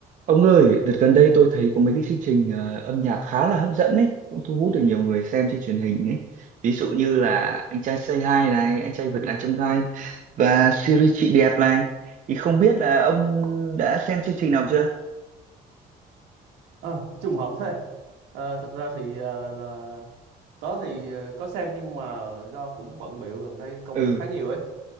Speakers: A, on the right; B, on the right.
A: Ông ơi, đợt gần đây tôi thấy có mấy cái chương trình ờ, âm nhạc khá là hấp dẫn đấy, cũng thu hút được nhiều người xem trên truyền hình đấy. Ví dụ như là Anh trai Say Hi này, Anh trai vượt ngàn chông gai và series Chị đẹp này. Thì không biết là ông đã xem chương trình nào chưa?
B: Ờ, trùng hợp thế. Ờ, thực ra thì ờ, là tớ thì ờ, có xem nhưng mà do cũng bận bịu gần đây công
A: Ừ.
B: việc khá nhiều ấy,